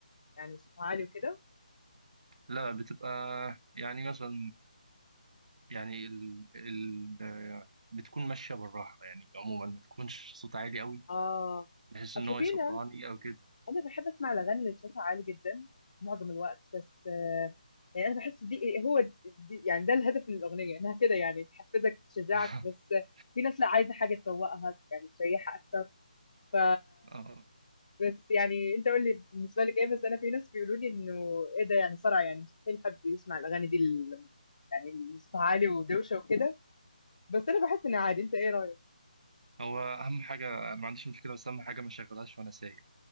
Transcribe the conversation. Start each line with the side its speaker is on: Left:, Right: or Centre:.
Left: يعني صوتها عالي وكده
Right: لا بتبقى يعني مثلا يعني ال... ال... بتكون ماشية بالراحة يعني عموما ما تكونش صوت عالي أوي
Left: اه
Right: بحيث
Left: اصل
Right: إن هو
Left: في
Right: يصدعني
Left: ناس
Right: أو كده
Left: انا بحب اسمع الاغاني اللي صوتها عالي جدا معظم الوقت بس آه، يعني انا بحس دي هو دي يعني ده الهدف من الاغنيه انها كده يعني تحفزك تشجعك
Right: <laughs>
Left: بس آه، في ناس لا عايزه حاجه تروقها يعني تريحها اكتر ف
Right: اه
Left: بس يعني انت قول لي بالنسبه لك ايه بس انا في ناس بيقولوا لي انه ايه ده يعني صرع يعني مستحيل حد يسمع الاغاني دي ال- يعني اللي صوتها عالي ودوشه وكده بس انا بحس انها عادي انت ايه رايك؟
Right: هو اهم حاجه انا ما عنديش مشكله بس اهم حاجه ما شغلهاش وانا سايق